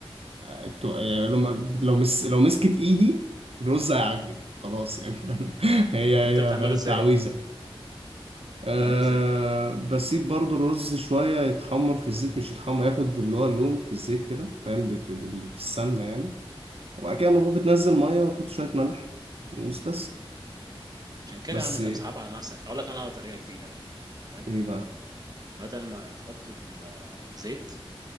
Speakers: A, on the right (about 80°); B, on the right (about 40°).
A: آه، تو- يعني لو ما- لو مس لو مسكت ايدي الرز هيعجن خلاص يعني <laughs> هي
B: طب انت بتعمله
A: هي فاهم
B: ازاي
A: تعويذه أه
B: بتعمله ازاي
A: بسيب برضو الرز شوية يتحمر في الزيت مش يتحمر ياخد اللي هو اللون في الزيت كده فاهم بال- بال- بالسمنة يعني وبعد كده
B: مم.
A: المفروض بتنزل مية وتحط شوية ملح وبس
B: عشان كده
A: بس
B: يا عم انت مصعب على نفسك اقول لك انا على طريقه جديده بقى تمام
A: ايه بقى
B: بدل ما تحطه في الزيت